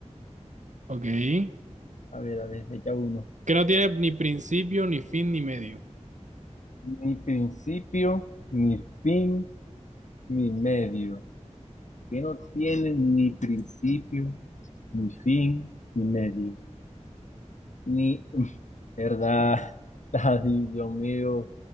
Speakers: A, on the right; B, on the left.
A: Ok.
B: A ver, a ver, echa uno.
A: Que no tiene ni principio, ni fin, ni medio.
B: Ni principio, ni fin, ni medio. Que no tiene ni principio, ni fin, ni medio. Ni, <laughs> verdad. <laughs> Ay, Dios mío.